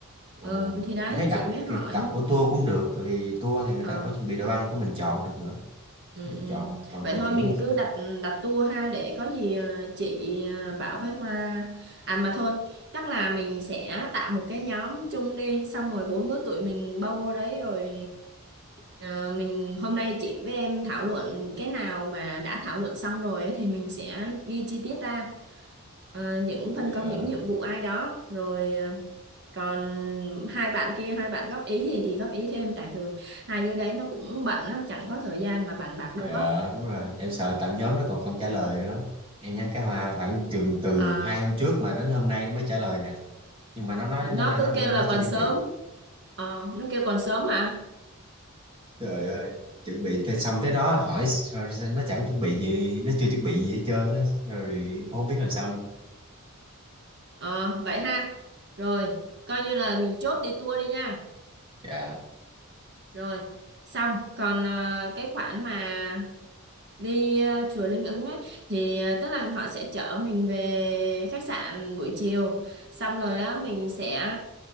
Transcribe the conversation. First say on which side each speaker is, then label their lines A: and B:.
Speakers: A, on the right; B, on the right.
A: Ồ,
B: ờ thì đấy
A: mình thấy đặt
B: chị mới hỏi
A: cái đặt của tour cũng được tại vì tour thì người
B: ờ
A: ta có chuẩn bị đồ ăn của mình chọn được nữa
B: ừ,
A: được
B: ừ.
A: chọn còn
B: vậy
A: còn
B: thôi
A: kiểu
B: mình
A: như khi-
B: cứ đặt đặt tour ha để có gì ờ, chị ờ, bảo với Hoa à mà thôi chắc là mình sẽ tạo một cái nhóm chung đi xong rồi bốn đứa tụi mình bao vô đấy rồi Ờ, mình hôm nay chị với em thảo luận cái nào mà đã thảo luận xong rồi ấy, thì mình sẽ ghi chi tiết ra Ờ, những phân
A: dạ
B: công những nhiệm vụ ai đó rồi ờ, còn hai bạn kia hai bạn góp ý gì thì góp ý thêm tại thường hai đứa đấy nó cũng bận lắm chẳng có thời gian mà bàn bạc đâu
A: dạ
B: có
A: đúng rồi em sợ tạo nhóm nó còn không trả lời nữa em nhắn cái hoa khoảng chừng từ
B: Ờ,
A: hai hôm trước mà đến hôm nay nó mới trả lời nè nhưng mà nó nói
B: nó
A: nó là
B: cứ
A: nó là
B: kêu
A: nó
B: là còn
A: chưa chuẩn
B: sớm
A: bị
B: Ờ, nó kêu còn sớm mà
A: trời ơi chuẩn bị thế xong tới đó hỏi sao- sao nó chẳng chuẩn bị gì nó chưa chuẩn bị gì hết trơn á rồi không biết làm sao luôn
B: Ờ, vậy ha rồi coi như là mình chốt đi tour đi nha
A: dạ
B: rồi xong còn ờ, cái khoản mà đi ờ, chùa Linh Ứng ấy thì ờ, tức là họ sẽ chở mình về khách sạn buổi chiều xong rồi đó mình sẽ